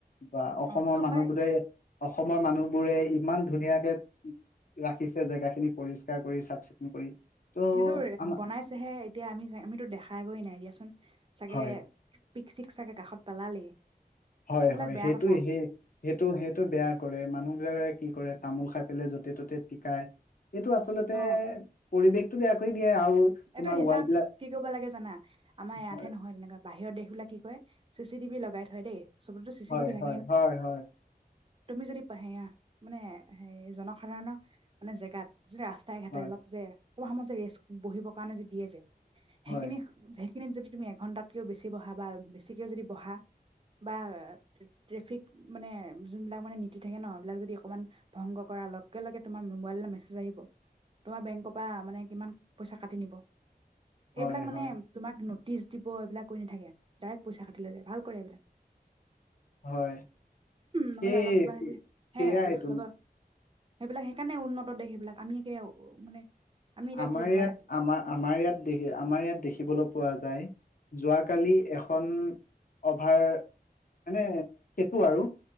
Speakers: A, on the left (about 55°); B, on the right (about 35°).
A: বা অসমৰ
B: অ এইটো
A: মানুহ
B: হয়
A: বোৰে অসমৰ মানুহবোৰে ইমান ধুনীয়াকে ৰাখিছে জেগা খিনি পৰিস্কাৰ কৰি চাফ চিকুণ কৰি ত'
B: এইটো
A: আমাৰ
B: বনাইছেহে এতিয়া আমি আমিতো দেখাইগৈয় নাই দিয়াচোন চাগে
A: হয়
B: পিক চিক চাগে কাষত পেলালেই
A: হয়
B: এইবিলাক
A: হয়
B: বেয়া
A: সেইটো
B: কথা
A: সেই সেইটো সেইটো বেয়া কৰে মানুহ বিলাকে কি কৰে তামোল খাই পোই য'তে ত'তে পিকাই এইটো আচলতে
B: অ
A: পৰিৱেশ বেয়া কৰি দিয়ে আৰু তোমাৰ
B: এইটো সঁচা
A: ৱাল বিলাক
B: কি কৰিব লাগে জানা আমাৰ ইয়াতহে
A: হয়,
B: নহয় তেনেকুৱা বাহিৰৰ দেশ বোলে কি কয় চি চি টি ভ লগাই থয় দেই চবতেতো চি
A: হয়
B: চি টিভি থাকেই
A: হয়
B: ন
A: হয় হয়
B: তুমি যদি প মানে হে জনসাধাৰণৰ মানে জেগাত ৰাস্তাই ঘাটে
A: হয়,
B: অলপ যে কোনোবা সময়ত যে ৰেষ্ট বহিব কাৰণে যে দিয়ে যে সেইখিনি
A: হয়,
B: সেইখিনিত যদি তুমি এঘন্টাত কেও বেছি বহা বা বেছিকেও যদি বহা বা ট্ৰেফিক মানে যোন‌ বিলাক নীতি থাকে ন সেই বিলাক অকমান ভংগ কৰা লগে লগে তোমাৰ মোবাইল লৈ মেছেজ আহিব তোমাৰ বেংকৰ পৰা কিমান পইচা কাটিব তি নিি <unintelligible>
A: হয়,
B: এইবিলাক মানে
A: হয়,
B: তোমাক ন টিচ দিব এইবিলাক কৰি নাথাকে ডাইৰেক্ট পইচা কাটি লৈ যায় ভাল কৰে এইবিলাক
A: হয় সে
B: নহ'লে অলপ কিবা সেইবি
A: সেয়া
B: হে
A: এইটো
B: লগৰ সেইবিলাক সেইকাৰণে উন্নত দেশ সেইবিলাক আমি একে মানে আমি এতিয়া
A: আমাৰ
B: কি
A: ইয়াত
B: হয়
A: আমাৰ আমাৰ ইয়াত দেখিবলৈ আমাৰ ইয়াত দেখিবলৈ পোৱা যায় যোৱাকালি এখন অভাৰ মানে সেইটো আৰু